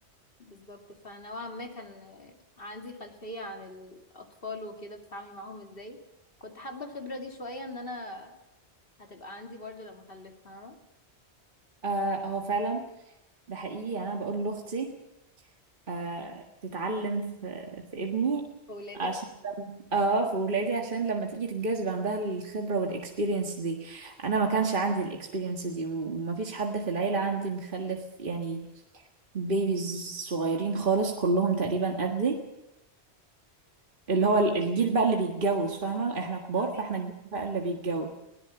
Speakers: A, on the left (about 55°); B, on the right (about 50°).
A: بالظبط فنوعا ما كان آه، عندي خلفية عن الأطفال وكده بتتعاملي معاهم ازاي كنت حابة الخبرة دي شوية ان انا هتبقى عندي برضو لما اخلف فاهمة
B: آه هو فعلا ده حقيقي يعني أنا بقول لأختي آه تتعلم في, في ابني
A: ولادك
B: عشان اه في ولادي عشان لما تيجي تتجوز يبقى عندها الخبرة والاكسبيرينس دي انا ما كانش عندي الاكسبيرينس دي وما فيش حد في العيلة عندي مخلف يعني بيبيز صغيرين خالص كلهم تقريبا قدي اللي هو ال- الجيل بقى اللي بيتجوز فاهمة احنا كبار
A: فاهمك
B: فاحنا الجيل بقى اللي بيتجوز